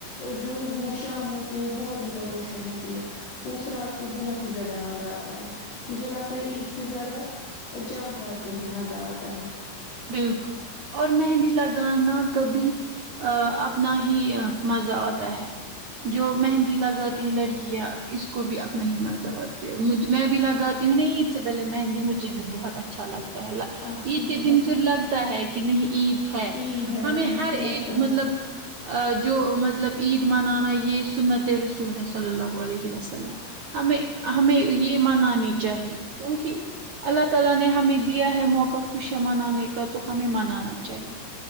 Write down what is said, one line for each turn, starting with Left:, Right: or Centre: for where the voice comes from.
Left: جو وہ شام ہوتی وہ بہت زیادہ روشن ہوتی ہے اس رات کو بہت ہی زیادہ مزہ آتا ہے مجھے لگتا ہے عید سے زیادہ وہ چاند رات کو ہی مزہ آتا ہے
Right: بالکل اور مہندی لگانا کبھی آ اپنا ہی مزہ آتا ہے جو مہندی لگاتی ہے لڑکیاں اس کو بھی اپنا ہی مزہ آتی ہے مجھ میں بھی لگا یوں نہیں عید سے پہلے مہندی مجھے بھی بہت اچھا لگتا ہے
Left: اچھا
Right: عید کے
Left: ٹھیک
Right: دن پھر لگتا ہے کہ نہیں عید ہے
Left: عید ہے
Right: ہمیں
Left: مہندی
Right: ہر
Left: سے لگتا
Right: ایک
Left: ہے
Right: مطلب آ جو مطلب عید منانا یہ سنت رسول ہے صلی اللہ علیہ علیہ وسلم ہمیں ہمیں یہ منانی چاہیے کیونکہ اللہ تعالی نے ہمیں دیا ہے موقع خوشیاں منانے کا تو ہمیں منانا چاہیے